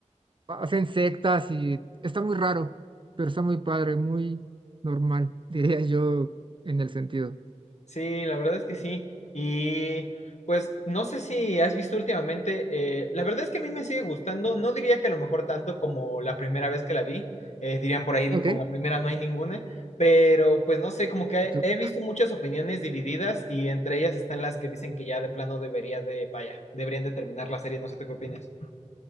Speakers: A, on the right; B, on the left.
A: hacen sectas y está muy raro, pero está muy padre, muy normal, <laughs> diría yo en el sentido.
B: Sí, la verdad es que sí. Y pues no sé si has visto últimamente, eh, la verdad es que a mí me sigue gustando, no diría que a lo mejor tanto como la primera vez que la vi, eh, dirían por ahí
A: Ok.
B: como la primera no hay ninguna, pero pues no sé, como que
A: Tú-
B: he, he visto muchas opiniones divididas y entre ellas están las que dicen que ya de plano debería de, vaya, deberían de terminar la serie, no sé tú qué opinas.